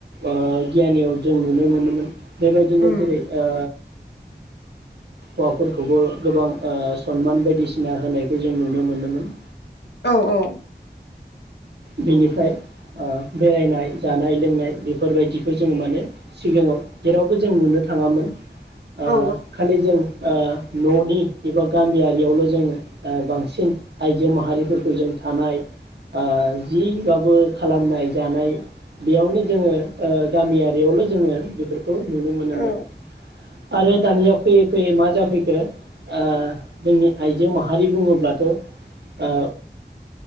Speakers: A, on the right; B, on the left.
A: ओ गियानियाव जों नुनो मोनोमोन। बेबायदिनो
B: उम
A: जेरै ओ हौवाफोरखौबो गोबां ओ सनमान बायदिसिना होनायखौ जों नुनो मोनोमोन
B: औ औ
A: बेनिफ्राय ओ बेरायनाय जानाय लोंनाय बेफोरबायदिखौ जोङो माने सिगाङाव जेरावबो जों नुनो थाङामोन ओ
B: औ
A: खालि जों ओ न'नि एबा गामियारियावल' जोङो ओ बांसिन आइजो माहारिफोरखौ जों थानाय ओ जिबाबो खालामनाय जानाय बेयावनो जोङो ओ गामियारियावल' जोङो बेफोर खो नुनो मोनोमोन
B: औ
A: आरो दानिया फैयै फैयै मा जा फैखो ओ जोंनि आइजो माहारि बुङोब्लाथ' ओ